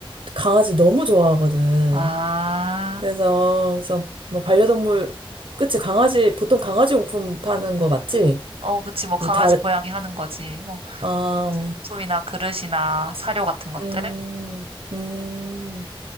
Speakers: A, on the right (about 65°); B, on the right (about 80°).
A: 강아지 너무 좋아하거든.
B: 아,
A: 그래서, 그래서 뭐 반려동물, 그치, 강아지, 보통 강아지 용품 파는 거 맞지?
B: 어, 그치, 뭐, 강아지,
A: 뭐 다른,
B: 고양이 하는 거지. 뭐,
A: 아, 어,
B: 용품이나 그릇이나 사료 같은 것들.
A: 음, 음,